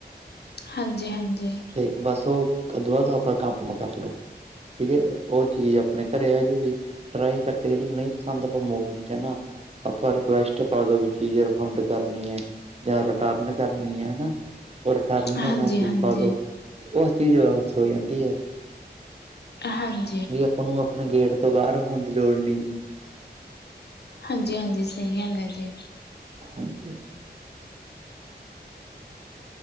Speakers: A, on the left; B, on the right.
A: ਹਾਂਜੀ-ਹਾਂਜੀ।
B: ਤੇ ਬਸ ਉਹ ਅ ਦੁਆ ਦਾ ਉਪਰ ਕੰਮ ਕਰਲੋ ਠੀਕ ਏ। ਉਹ ਚੀਜ਼ ਆਪਣੇ ਘਰੇ ਆਜੂਗੀ ਟਰਾਈ ਕਰ ਕੇ ਦੇਖ ਲੋ ਨਹੀਂ ਪਸੰਦ ਆਪਾਂ ਮੋੜਣ ਨੀ ਜਾਣਾ। ਆਪਾਂ ਰਿਕੁਐਸਟ ਪਾ ਦੋ ਵੀ ਚੀਜ਼ ਰਿਫੰਡ ਕਰਨੀ ਐ। ਜਾਂ ਰਿਟਰਨ ਕਰਨੀ ਆ ਨਾ ਉਹ ਰਿਟਰਨ
A: ਹਾਂਜੀ
B: ਦਾ ਮੈਸੇਜ
A: ਹਾਂਜੀ ਹਾਂਜੀ
B: ਪਾ ਦੋ। ਤੇ ਉਸ ਚੀਜ਼ ਵਾਪਸ ਹੋ ਜਾਂਦੀ ਹੈ।
A: ਹਾਂਜੀ
B: ਵੀ ਆਪਾਂ ਨੂੰ ਆਪਣੇ ਗੇਟ ਤੋਂ ਬਾਹਰ ਹੋਣ ਦੀ ਲੋੜ ਨਹੀਂ ਜੀ
A: ਹਾਂਜੀ ਹਾਂਜੀ ਸਹੀ ਗੱਲ ਹੈ ਜੀ
B: ਹਾਂਜੀ